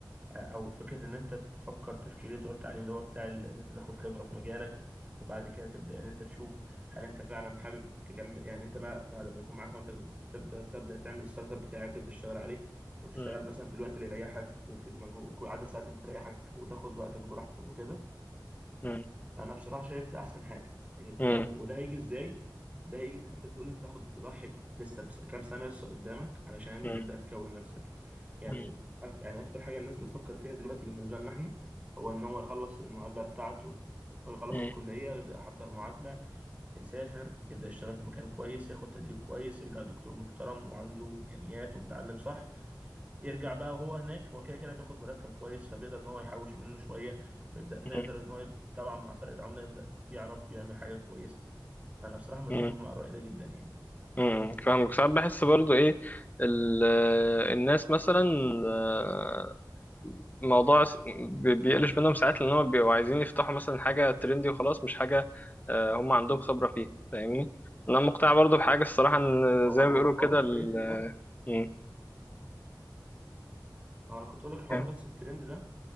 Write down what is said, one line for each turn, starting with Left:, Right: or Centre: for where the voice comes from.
Right: او فكره ان انت تفكر تفكير اللي انت قلت عليه اللي هو بتاع ال- ان انت تاخد خبره في مجالك وبعد كده تبدا ان انت تشوف هل انت فعلا حابب تكمل يعني انت بقى بعد ما يكون معاك مبلغ تبدا تبدا تعمل الستارت اب بتاعك وتبدا تشتغل عليه وتشتغل
Left: مم.
Right: مثلا في الوقت اللي يريحك وفي المجهود وعدد الساعات اللي تريحك وتاخد وقتك براحتك وكده
Left: مم.
Right: فانا بصراحه شايف ده احسن حاجه يعني
Left: مم.
Right: ف... وده هيجي ازاي ده هيجي زي ما انت بتقول انت تاخد تضحي لسه بس كام سنه لسه قدامك علشان
Left: مم.
Right: تبدا تكون نفسك يعني
Left: مم.
Right: أ- يعني اكتر حاجه الناس بتفكر فيها دلوقتي بالنسبه لنا احنا هو ان هو يخلص المعادله بتاعته او يخلص
Left: مم.
Right: الكليه يبدا يحضر معادله يسافر يبدا يشتغل في مكان كويس ياخد تدريب كويس يرجع دكتور محترم وعنده امكانيات ومتعلم صح يرجع بقى هو هناك هو كده كده بياخد مرتب كويس فبيقدر ان هو يحوش منه شويه ويبدا فيقدر
Left: مم.
Right: ان هو يب- طبعا مع فرق العمله يبدا يعرف يعمل حاجه كويسه فانا بصراحه متفق
Left: مم.
Right: مع الراي ده جدا يعني
Left: مم. فاهمك ساعات بحس برضو ايه ال- الناس مثلا آه، الموضوع س- بي- بيقلش منهم ساعات لان هم بيبقوا عايزين يفتحوا مثلا حاجه ترندي وخلاص مش حاجه آه، هم عندهم خبره فيها فاهمني انا مقتنع برضو بحاجه الصراحه ان
Right: هو
Left: زي
Right: هو
Left: ما بيقولوا
Right: حوار
Left: كده
Right: الترند
Left: ال...
Right: ده
Left: مم.
Right: هو انا كنت اقول لك حوار
Left: فاهم.
Right: بس الترند ده